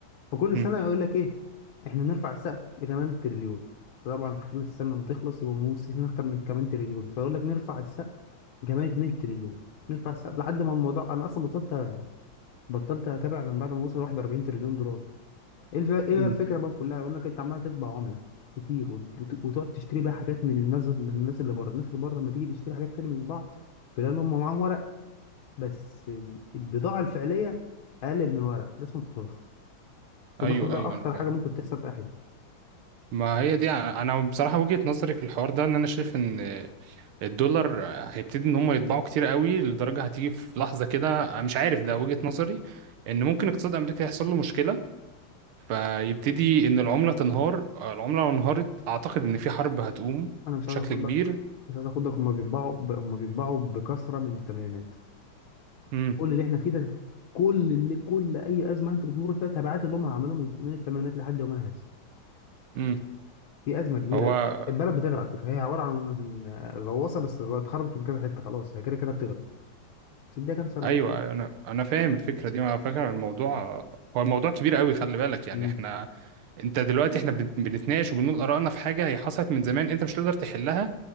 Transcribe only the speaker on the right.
مم.
مم.
ايوه
ايوه
انا فاهم
ما هي دي انا أنا بصراحه وجهه نظري في الحوار ده ان انا شايف ان الدولار هيبتدي ان هم يطبعوا كتير قوي لدرجه هتيجي في لحظه كده أنا مش عارف ده وجهه نظري ان ممكن اقتصاد امريكا يحصل له مشكله فيبتدي ان العمله تنهار العمله لو انهارت اعتقد ان في حرب هتقوم
بشكل
كبير
امم
امم
هو
ايوه
انا انا فاهم الفكره دي على فكره الموضوع هو الموضوع كبير قوي خلي بالك يعني
احنا انت دلوقتي احنا بن- بنتناقش وبنقول ارائنا في حاجه هي حصلت من زمان انت مش تقدر تحلها